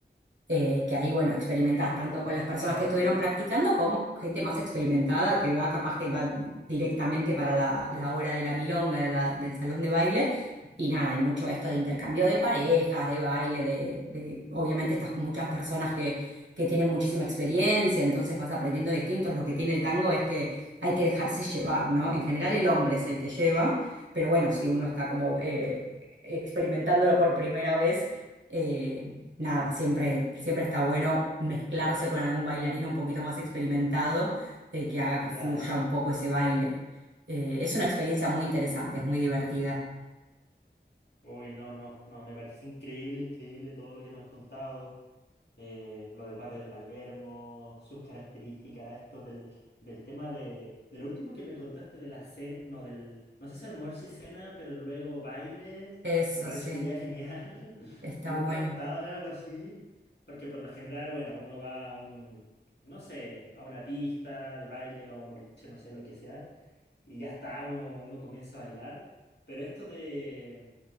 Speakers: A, on the right (about 80°); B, on the left (about 70°).
A: eh, que ahí, bueno, experimentás
B: <laughs>
A: tanto con las personas
B: wow,
A: que estuvieron practicando como gente más experimentada que va capaz que va directamente para la, la hora de la milonga, de la- del salón de baile. Y nada, hay mucho esto de intercambio de parejas, de baile, de, de- obviamente estás con muchas personas que, que tienen muchísima experiencia, entonces vas aprendiendo distintos. Lo que tiene el tango es que hay que dejarse llevar, ¿no? En general el hombre es el que lleva, pero bueno, si uno está como eh, experimentándolo por primera vez, eh, nada, siempre, siempre está bueno mezclarse con algún bailarín un poquito más experimentado eh, que haga que
B: claro.
A: fluya un poco ese baile. Eh, es una experiencia muy interesante, es muy divertida.
B: Uy, no, no, no, me parece increíble, increíble todo lo que me has contado. eh, lo del barrio de Palermo, sus características, esto del, del tema de, del último que me contaste de la cena, no, del, no sé si almuerzo y cena, pero luego baile,
A: Eso
B: me parece
A: sí,
B: una idea genial. <laughs>
A: está
B: Nunca
A: bueno.
B: he estado en algo así, porque por lo general, bueno, uno va a un, no sé, a una pista de baile o a un boliche, no sé, lo que sea y ya está, uno, uno comienza a bailar. Pero esto de,